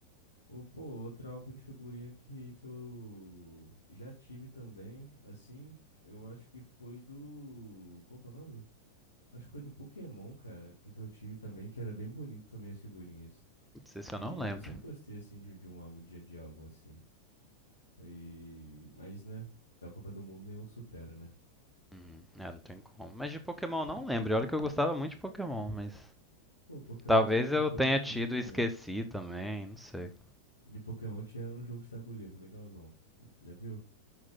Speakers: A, on the left (about 75°); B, in the centre.
A: Ou, pô, outro álbum de figurinha que, que eu já tive também, assim, eu acho que foi do. Qual que é o nome? Acho que foi do Pokémon, cara, que, que eu tive também, que era bem bonito também as figurinhas.
B: Não sei se eu
A: E
B: não lembro.
A: eu sempre gostei, assim, de, de um álbum, dia de álbum, assim. E... Mas, né, da Copa do Mundo nenhum supera, né?
B: Uhum. É, não tem como. Mas de Pokémon eu não lembro. E Olha que eu gostava muito de Pokémon, mas
A: Pô, Pokémon
B: talvez
A: sempre foi
B: eu
A: uma coisa
B: tenha
A: que eu gostei
B: tido
A: muito também.
B: e esqueci também, não sei.
A: De Pokémon tinha um jogo de tabuleiro, legalzão. Já viu?